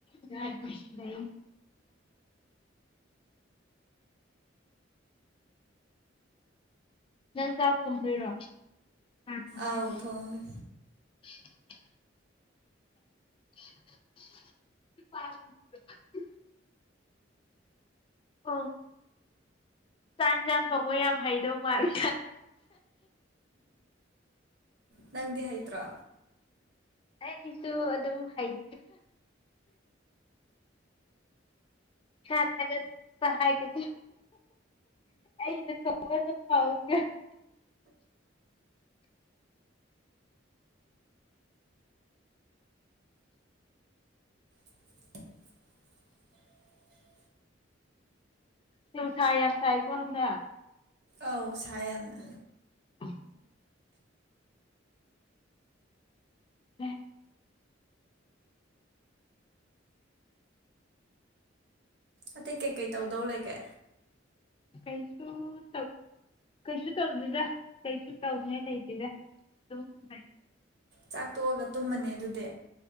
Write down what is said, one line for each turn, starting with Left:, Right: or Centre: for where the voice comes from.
Left: ꯀꯁ ꯂꯩ ꯅꯪ ꯆꯥꯛ ꯊꯣꯡꯗꯣꯏꯔꯣ ꯑ ꯊꯣꯡꯗꯣꯏꯅꯦ꯫
Right: ꯑꯥꯎ ꯊꯣꯡꯉꯅꯤ
Left: <inaudible> <inaudible> ꯑ ꯆꯥꯛ ꯌꯦꯟꯁꯥꯡ ꯊꯣꯡꯕ ꯌꯥꯝ ꯍꯩꯗꯧ ꯃꯥꯜꯂꯤ
Right: ꯅꯪꯗꯤ ꯍꯩꯇ꯭ꯔꯣ
Left: ꯑꯩꯁꯨ ꯑꯗꯨꯝ ꯍꯩ ꯏꯁꯥ ꯊꯥꯒꯠꯄ ꯍꯥꯏꯒ ꯑꯩꯅ ꯑꯣ ꯑꯗꯨ ꯐꯥꯎꯔꯤ
Right: <inaudible>
Left: ꯅꯨꯡꯁꯥ ꯌꯥꯝ ꯁꯥꯏꯀꯣ ꯍꯟꯗꯛ
Right: ꯑꯧ ꯁꯦꯅ
Left: ꯎꯝ ꯎꯝ
Right: ꯑꯇꯩ ꯀꯩꯀꯩ ꯇꯧꯗꯧ ꯂꯩꯒꯦ
Left: ꯀꯩꯁꯨ ꯆꯧ ꯀꯩꯁꯨ ꯇꯧꯗꯣꯏꯗ ꯀꯩꯁꯨ ꯇꯧꯅꯤꯡꯉꯥꯏ ꯂꯩꯇꯦꯗ ꯑꯗꯨꯝ ꯂꯩ
Right: ꯆꯥꯛ ꯇꯣꯛꯑꯒ ꯇꯨꯝꯃꯅꯤ ꯑꯗꯨꯗꯤ